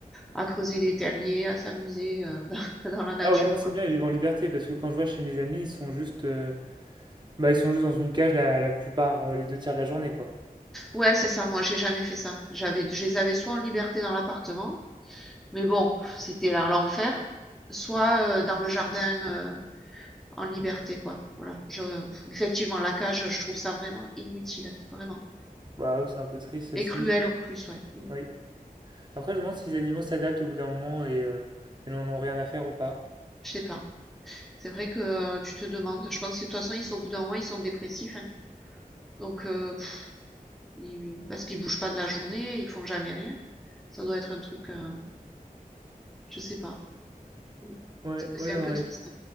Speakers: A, in the centre; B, on the right.
A: à creuser des terriers, à s'amuser euh, <laughs> dans la nature,
B: Ah, au moins, c'est
A: quoi.
B: bien, ils vivent en liberté, parce que quand je vois chez mes amis, ils sont juste... euh, Bah, ils sont juste dans une cage la, la plupart, euh, les deux tiers de la journée, quoi.
A: Ouais, c'est ça, moi, j'ai jamais fait ça. J'avais, je les avais soit en liberté dans l'appartement, mais bon, c'était là l'enfer, soit euh, dans le jardin euh, en liberté, quoi. Voilà. Je, effectivement, la cage, je trouve ça vraiment inutile, vraiment.
B: Bah, oui, c'est un peu triste aussi.
A: Et cruel en plus, ouais. Mm.
B: Oui. Après, je me demande si les animaux s'adaptent au bout d'un moment et, euh, et n'en ont rien à faire ou pas.
A: Je sais pas. C'est vrai que euh, tu te demandes. Je pense que de toute façon, ils sont au bout d'un moment, ils sont dépressifs. hein. Donc, euh, pff, ils- parce qu'ils bougent pas de la journée, ils font jamais rien. Ça doit être un truc, euh, je sais pas. Mm.
B: Ouais,
A: C'est que
B: ouais
A: c'est
B: j'aurais.
A: un peu triste.